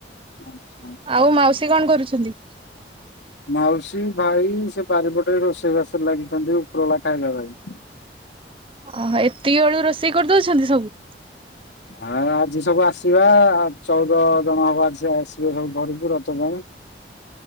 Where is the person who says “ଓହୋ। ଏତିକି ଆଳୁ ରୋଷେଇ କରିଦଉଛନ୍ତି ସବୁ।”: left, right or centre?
Right